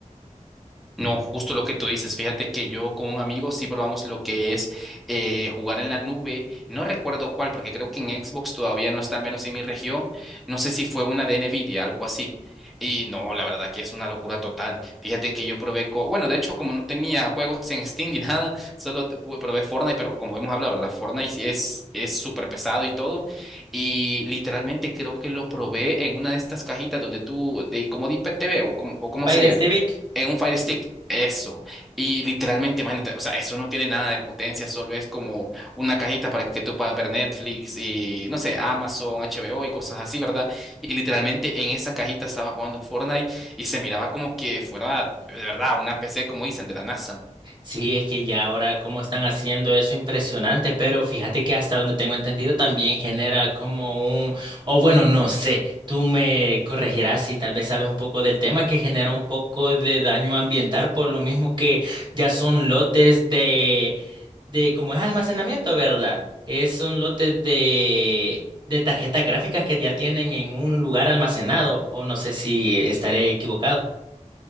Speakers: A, in the centre; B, on the right.
A: No, justo lo que tú dices. Fíjate que yo con un amigo sí probamos lo que es eh, jugar en la nube. No recuerdo cuál, porque creo que en Xbox todavía no está, al menos en mi región. No sé si fue una de Nvidia, algo así. Y no, la verdad que es una locura total. Fíjate que yo probé, co- bueno, de hecho, como no tenía juegos en Steam ni <laughs> nada, solo te- pu- probé Fortnite, pero como hemos hablado, ¿verdad? Fortnite sí es es súper pesado y todo. Y literalmente creo que lo probé en una de estas cajitas donde tú, de, como de IPTV o como, o cómo
B: Pirate
A: sería
B: Civic
A: en un Fire Stick, eso. Y literalmente, imagínate, o sea, eso no tiene nada de potencia, solo es como una cajita para que tú puedas ver Netflix y, no sé, Amazon, HBO y cosas así, ¿verdad? Y literalmente en esa cajita estaba jugando Fortnite y se miraba como que fuera, de verdad, una PC, como dicen, de la NASA.
B: Sí, es que ya ahora cómo están haciendo eso impresionante, pero fíjate que hasta donde tengo entendido también genera como un, o bueno, no sé, tú me corregirás si tal vez sabes un poco del tema que genera un poco de daño ambiental por lo mismo que ya son lotes de, de como es almacenamiento, ¿verdad? Es, son lotes de, de tarjetas gráficas que ya tienen en un lugar almacenado, o no sé si estaré equivocado.